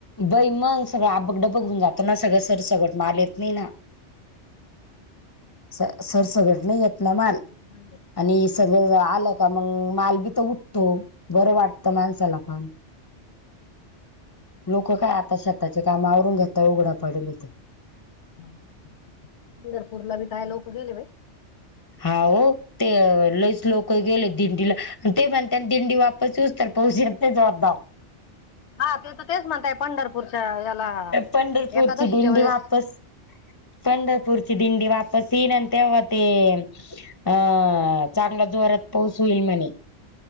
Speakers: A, on the left; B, on the left.
A: बई मंग सगळं आबक डबक होऊन जातो ना, सगळं सर सगवट मले येत नाही ना. स सरसगट नाही येत ना माल.
B: मंदत <unintelligible>
A: आणि सगळं आलं का मंग माल बी त उठतो बरं वाट त माणसला फम लोक काय आता शेताचे कामावरून घेत उघडा पडेल हेत.
B: पंढरपूरला बी काय लोक गेले बाई.
A: होवो. ते लईच लोक गेले दिंडीला ते म्हणत्यान दिंडी वापस येऊस तर पाऊस ते जवाबदार.
B: हा ते तेच म्हणताय पंढरपूरच्या याला
A: पंढरपूरची
B: एकादशीच्या
A: दिंडी
B: वेळेस
A: वापस पंढरपूरची दिंडी वापस ईन तेव्हा ते अ चांगला जोरात पाऊस होईल म्हणे.